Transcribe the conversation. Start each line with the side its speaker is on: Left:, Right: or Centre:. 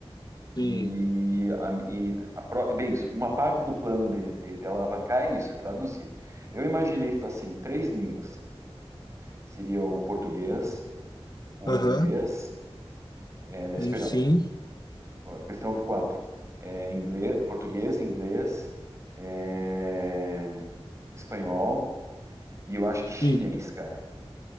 Right: E,
Left: Sim.
Right: a, e a pró- bem, isso, uma parte do plano de, de, de alavancar é isso, é traduzir. Eu imaginei assim, três línguas. Seria o português, o
Left: Aham.
Right: inglês, é, aliás,
Left: E
Right: perdão,
Left: sim,
Right: questão quatro. É, inglês, português, inglês, é, espanhol E eu acho que chinês,
Left: sim.
Right: cara,